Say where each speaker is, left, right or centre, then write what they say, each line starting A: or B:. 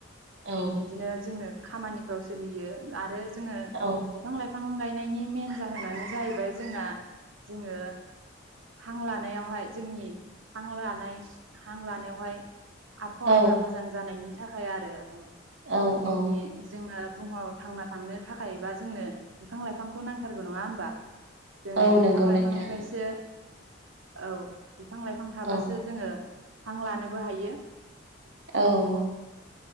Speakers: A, on the right; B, on the right.
A: औ
B: इदिनो जोंनो खामानिफ्राव सोलियो आरो जोङो
A: औ
B: बिफां लाइफां बिफां गायनायनि मेन जाहोनानो जाहैबाय जोंहा जोङो हां लानायावहाय जोंनि हां लानाय हां लानायावहाय आबहावाफ्रा
A: औ
B: मोजां जानायनि थाखाय आरो औ
A: औ
B: जोंनि
A: औ
B: जोंनो बुहुमाव थांना थांनो थाखाय बा जोंनो बिफां लाइफांखौ नांथारगौ नङा होमबा जों
A: औ
B: बिफां
A: नंगौ
B: लाइफांनिफ्रायसो
A: नोंथां
B: औ बिफां लाइफां थाबासो
A: औ
B: जोङो हां लानोबो हायो।
A: औ